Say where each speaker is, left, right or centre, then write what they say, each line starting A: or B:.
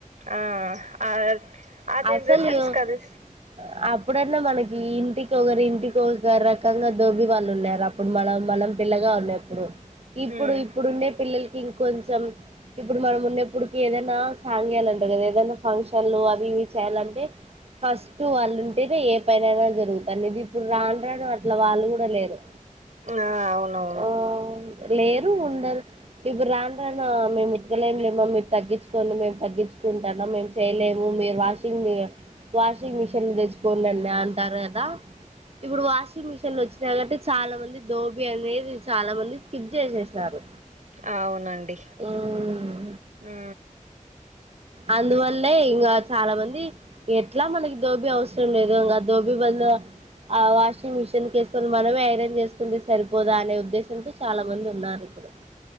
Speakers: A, on the right; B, on the right.
A: ఆ ఆ ఆ జనరేషన్స్
B: అసలు <unintelligible>
A: కది
B: అప్పుడన్నా మనకి ఇంటికి ఒకరు ఇంటికి ఒకరు రకంగా దోబి వాళ్ళు ఉన్నారు ఇప్పుడు మనం మనం పిల్లగా ఉన్నప్పుడు ఇప్పుడు
A: ఉమ్
B: ఇప్పుడుండే పిల్లల్ ఇంకొంచెం ఇప్పుడు మనం ఉన్నప్పుటికి ఏదైనా <unintelligible> కదా ఏదైనా <unintelligible> అవి ఇవి చేయాలంటే ఫస్ట్ వాళ్ళు అంటేతే ఏ పనైనా జరుగుతంది ఇప్పుడు రాను రాను అట్లా వాళ్ళు కూడా లేరు
A: ఆ అవునవును
B: ఆ లేరు ఉండరు ఇప్పుడు రాను రానా మేము ఉత్తకలేంలేమా మీరు తగ్గించుకోండి మేము తగ్గించుకుంటానం మేము చేయలేము మీరు వాషింగ్ వాషింగ్ మిషన్ తెచ్చుకోండి అంటారు కదా ఇప్పుడు వాష్ మిషన్ వచ్చినా కాబట్టి చాలా మంది దోబి అనేది చాల మంది స్కిప్ చేసేసినారు
A: అవునండి
B: ఉమ్
A: ఆ
B: అందువల్లే ఇంగా చాలా మంది ఎట్లా మనకి దోబీ అవసరం లేదు ఇంకా దోబీ బదులు ఆ వాషింగ్ మిషిన్ <unintelligible> సుకొని మనమే ఐరన్ చేసుకుంటే సరిపోదా అనే ఉద్దేశంతో చాలా మంది ఉన్నారు ఇప్పుడు